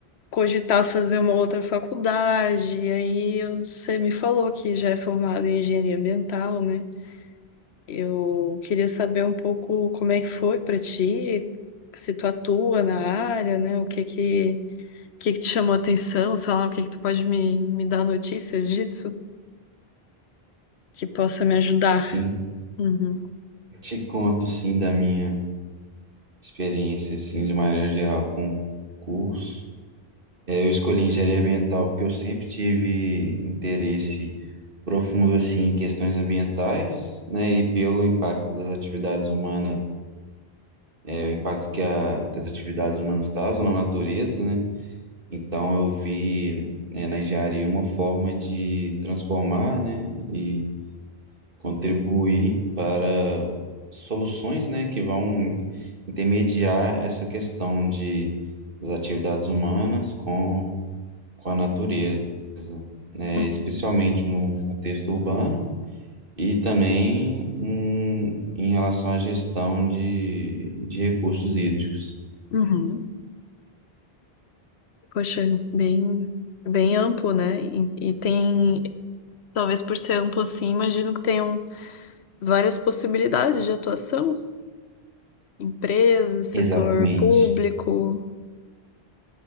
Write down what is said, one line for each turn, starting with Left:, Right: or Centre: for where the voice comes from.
Left: cogitar fazer uma outra faculdade, e aí você me falou que já é formado em engenharia ambiental, né? Eu queria saber um pouco como é que foi pra ti, se tu atua na área, né? O que que, o que que te chamou a atenção, sei lá, o que que tu pode me, me dar notícias disso? que possa me ajudar.
Right: Sim,
Left: Uhum,
Right: te conto sim da minha experiência, sim, de maneira geral com o curso. É, Eu escolhi engenharia ambiental porque eu sempre tive interesse profundo assim em questões ambientais, né, e pelo impacto das atividades humanas, é, o impacto que, a, que as atividades humanas causam na natureza, né? Então eu vi, é, na engenharia uma forma de transformar, né, e contribuir para soluções, né, que vão intermediar essa questão de das atividades humanas com, com a natureza, né,
Left: uhum,
Right: especialmente no contexto urbano e também hum, em relação à gestão de, de recursos hídricos.
Left: uhum. Poxa, bem, bem amplo, né? E, e tem, talvez por ser amplo assim, imagino que tenham várias possibilidades de atuação, empresa, setor
Right: Exatamente,
Left: público.